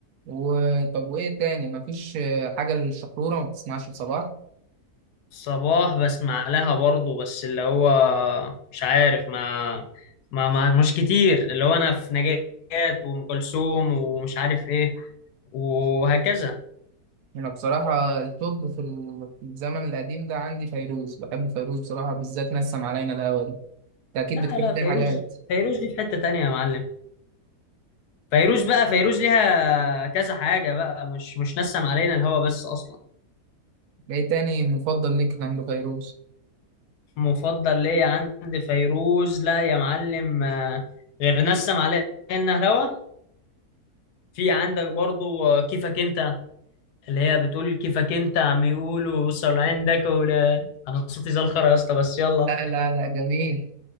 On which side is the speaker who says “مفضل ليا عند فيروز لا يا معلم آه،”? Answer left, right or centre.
Left